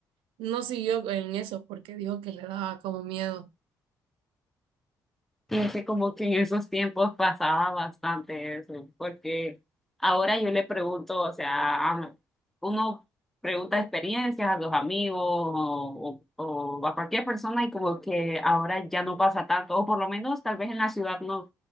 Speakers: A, on the right (about 70°); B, in the centre.
A: no siguió en eso porque dijo que le daba como miedo.
B: Y es que como que en esos tiempos pasaba bastante eso, porque ahora yo le pregunto, o sea, a- uno pregunta experiencias a los amigos o, o- o a cualquier persona y como que ahora ya no pasa tanto, o por lo menos tal vez en la ciudad no,